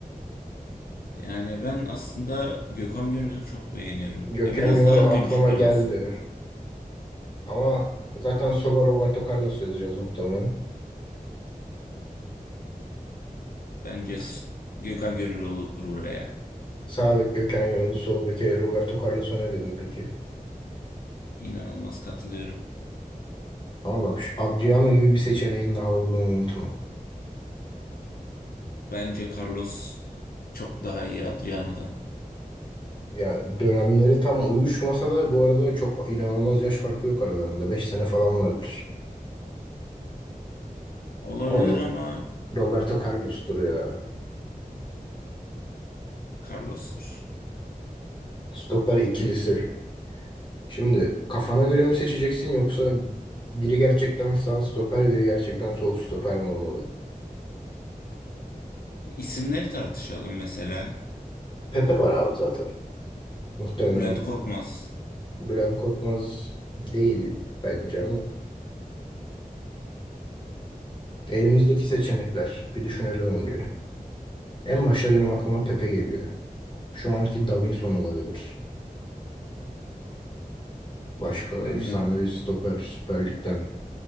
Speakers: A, on the left; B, on the left.
A: Yani ben aslında Gökhan Gönül'ü çok beğeniyorum.
B: Gökhan
A: Ya biraz
B: Gönül
A: daha güncel
B: aklıma geldi.
A: olsun.
B: Ama zaten sola Roberto Carlos yazacağız muhtemelen.
A: Bence
B: S-
A: s- Gökhan Gönül olur buraya.
B: Sağ bek Gökhan Gönül, sol beke Roberto Carlos ne dedim peki?
A: İnanılmaz katılıyorum.
B: Ama bak şu Adriano gibi bir seçeneğin daha olduğunu unutma.
A: Bence Carlos çok daha iyi Adriano'dan.
B: Ya dönemleri tam uyuşmasa da bu arada çok inanılmaz yaş farkı yok aralarında. beş sene falan vardır.
A: Olabilir
B: Ama Ro-
A: ama
B: Roberto Carlos'tur ya.
A: Carlos'tur.
B: Stoper ikilisi. Şimdi kafana göre mi seçeceksin yoksa biri gerçekten sağ stoper biri gerçekten sol stoper mi olmalı?
A: İsimleri tartışalım mesela.
B: Pepe var abi zaten. Muhtemelen
A: Bülent Korkmaz.
B: Bülent Korkmaz değil bence ama. Elimizdeki seçenekler bir düşünelim önce. En başta benim aklıma Pepe geliyor. Şu anki Davinson olabilir. Başka
A: Yani
B: efsanevi stoper Süper Lig'den.